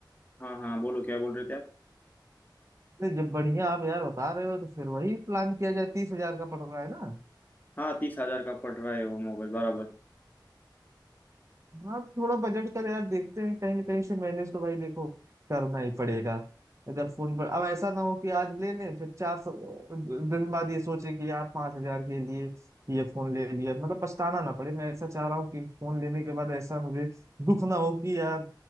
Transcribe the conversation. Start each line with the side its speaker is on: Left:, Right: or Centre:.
Left: हाँ हाँ बोलो क्या बोल रहे थे आप
Right: नहीं, जब बढ़िया आप यार बता रहे हो तो फिर वही प्लान किया जाए तीस हजार का पड़ रहा है ना
Left: हाँ तीस हजार का पड़ रहा है वो मोबाइल बराबर
Right: हाँ थोड़ा बजट का तो यार देखते हैं कहीं ना कहीं से मैनेज तो भाई देखो करना ही पड़ेगा अगर फोन पर अब ऐसा ना हो कि आज ले लें फिर चार सौ दिन बाद ये सोचे कि यार पांच हजार के लिए ये फोन ले लिया मतलब पछताना ना पड़े मैं ऐसा चाह रहा हूँ कि फोन लेने के बाद ऐसा मुझे दुख ना हो कि यार